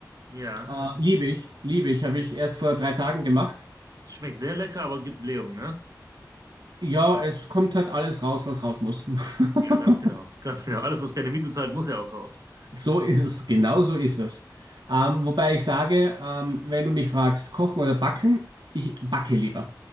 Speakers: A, on the right; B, on the right.
A: Ja,
B: Äh, liebe ich, liebe ich, habe ich erst vor drei Tagen gemacht.
A: schmeckt sehr lecker, aber gibt Blähung, ne?
B: Ja, es kommt halt alles raus, was raus muss.
A: Ja,
B: <laughs>
A: ganz genau, ganz genau. Alles, was keine Miete zahlt, muss ja auch raus.
B: So ist es, genau so ist es. Ähm, wobei ich sage, ähm, wenn du mich fragst, kochen oder backen, ich backe lieber.